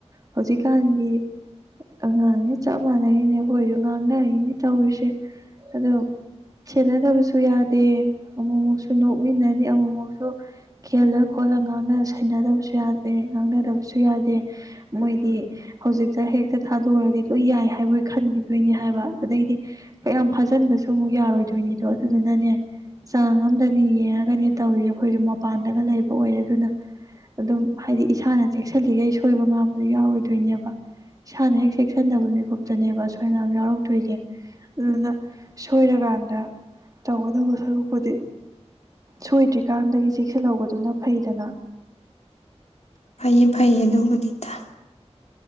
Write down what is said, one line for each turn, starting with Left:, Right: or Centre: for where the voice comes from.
Right: ꯍꯧꯖꯤꯛꯀꯥꯟꯒꯤ ꯑꯉꯥꯡꯅꯦ ꯆꯞ ꯃꯥꯟꯅꯩꯅꯦ ꯑꯩꯈꯣꯏꯁꯨ ꯉꯥꯡꯅꯔꯤꯅꯤ ꯇꯧꯔꯤꯁꯦ ꯁꯦꯟꯅꯗꯕꯁꯨ ꯌꯥꯗꯦ ꯑꯃꯨꯛꯃꯨꯛꯁꯨ ꯅꯣꯛꯃꯤꯟꯅꯅꯤ ꯑꯃꯨꯛꯃꯨꯛꯁꯨ ꯈꯦꯂ ꯈꯣꯠꯂꯅ ꯁꯦꯟꯅꯗꯕꯁꯨ ꯌꯥꯗꯦ ꯉꯥꯡꯅꯗꯕꯁꯨ ꯌꯥꯗꯦ ꯃꯣꯏꯗꯤ ꯍꯧꯖꯤꯛꯇ ꯍꯦꯛꯇ ꯊꯥꯗꯑꯗꯤ ꯂꯣꯏ ꯌꯥꯏ ꯍꯥꯏꯕꯣꯏ ꯈꯟꯈꯤꯗꯣꯏꯅꯤ ꯍꯥꯏꯕ ꯑꯗꯩꯗꯤ ꯀꯌꯥꯝ ꯐꯖ ꯑꯆꯟꯕꯁꯨ ꯑꯃꯨꯛ ꯌꯥꯔꯣꯏꯗꯣꯏꯅꯤꯗꯣ ꯑꯗꯨꯗꯨꯅꯅꯦ ꯆꯥꯡ ꯑꯃꯝꯗꯅꯦ ꯌꯦꯡꯉꯒꯅꯦ ꯇꯧꯔꯤꯁꯦ ꯑꯩꯈꯣꯏꯁꯨ ꯃꯄꯥꯟꯗꯒ ꯂꯩꯕ ꯑꯣꯏꯔꯦ ꯑꯗꯨꯅ ꯑꯗꯨꯝ ꯍꯥꯏꯗꯤ ꯏꯁꯥꯅ ꯆꯦꯛꯁꯤꯜꯂꯤꯈꯩ ꯁꯣꯏꯕ ꯉꯥꯝꯕꯁꯨ ꯌꯥꯎꯔꯣꯏꯗꯣꯏꯅꯦꯕ ꯏꯁꯥꯅ ꯍꯦꯛ ꯆꯦꯛꯁꯤꯟꯗꯕ ꯃꯤꯀꯨꯞꯇꯅꯦꯕ ꯑꯁꯣꯏꯕ ꯉꯥꯝ ꯌꯥꯎꯔꯛꯇꯣꯏꯁꯦ ꯑꯗꯨꯅ ꯁꯣꯏꯔꯀꯥꯟꯗ ꯇꯧꯒꯗꯕ ꯁꯔꯨꯛꯄꯨꯗꯤ ꯁꯣꯏꯗ꯭ꯔꯤꯀꯥꯟꯗꯒꯤ ꯆꯦꯛꯛꯁꯍꯧꯕꯗꯨꯅ ꯐꯩꯗꯅ
Left: ꯐꯩꯌꯦ ꯐꯩꯌꯦ ꯑꯗꯨꯕꯨꯗꯤꯗ